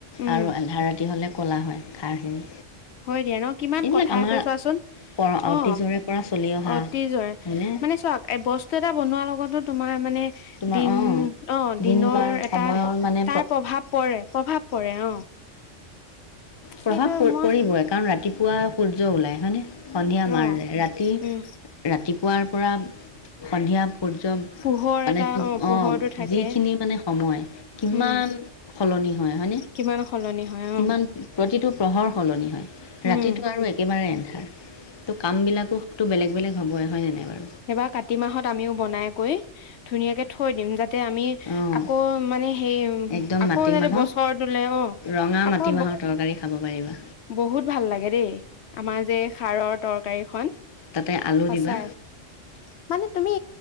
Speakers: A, on the left; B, on the left.
A: উম
B: আৰু আন্ধা ৰাতি হ'লে ক'লা হয় খাৰখিনি
A: হয় দিয়া ন কিমান
B: এইবিলাক
A: কথা
B: আমাৰ
A: আছে চোৱাচোন
B: পৰা অতীজৰে
A: অ
B: পৰা চলি অহা
A: অতি জৰে
B: হয়নে
A: মানে চোৱা বস্তু এটা বনোৱা লগতো তোমাৰ মানে
B: তোমাৰ
A: দিন
B: অ',
A: অ
B: দিন
A: দিনৰ
B: বাৰ
A: এটা
B: সময়ৰ মানে
A: তাৰ প্ৰভাৱ পৰে প্ৰভাৱ পৰে অ
B: প্ৰভাৱ
A: সেইটো মই
B: পৰিবই কাৰণ ৰাতিপুৱা সূৰ্য ওলায় হয়নে সন্ধিয়া মাৰ
A: অ
B: যায় ৰাতি
A: উম
B: ৰাতিপুৱাৰ পৰা সন্ধিয়া সূৰ্য
A: পোহৰ
B: মানে
A: এটা
B: কি
A: অ পোহৰটো
B: অঁ
A: থাকে
B: যিখিনি মানে সময় কিমান
A: উম
B: সলনি হয় হয় মানে
A: কিমান সলনি হয়
B: কিমান
A: অ
B: পতিতো। প্ৰহৰ সলনি হয়। ৰাতিটো
A: উম
B: আৰু একেবাৰেন ত কাম বিলাকো বেলেগ বেলেগ হবই হয় জানাই বাৰু
A: এইবাৰ কাতি মাহত আমিও বনাই। কৈ ধুনীয়াকে থৈ দিম যাতে আমি
B: অঁ
A: আকৌ মানে। সেই
B: একদম
A: আকৌ
B: মাটিমাহৰ
A: জান বছৰটোোলে অ
B: ৰঙা
A: আকৌ
B: মাটিমাহৰ তৰকাৰী খাব পাৰিবা
A: বহুত ভাল লাগে দেই আমাৰ যে খাৰৰ তৰকাৰী খ
B: তাতে আলু
A: সচাই
B: দিবা
A: মানে তুমি